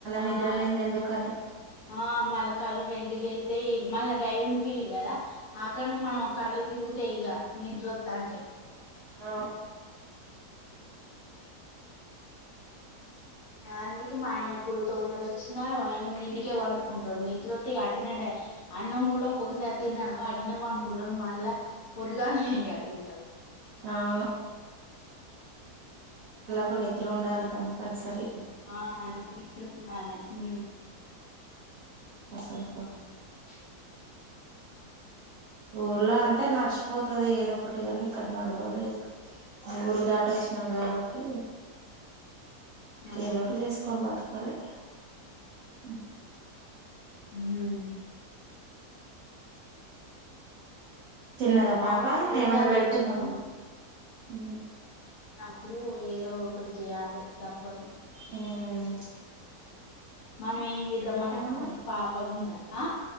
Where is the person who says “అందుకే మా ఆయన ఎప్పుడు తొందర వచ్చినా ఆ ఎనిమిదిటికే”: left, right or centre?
Left